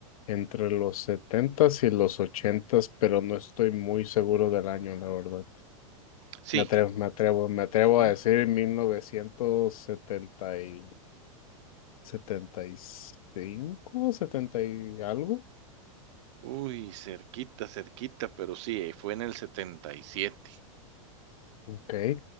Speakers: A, on the left; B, on the right.
A: entre los setentas y los ochentas, pero no estoy muy seguro del año, la verdad.
B: Sí.
A: Me atrevo, me atrevo, me atrevo
B: ujú.
A: a decir mil novecientos setenta y 75, 70 y algo.
B: Uy, cerquita, cerquita, pero sí, eh, fue en el 77.
A: Ok,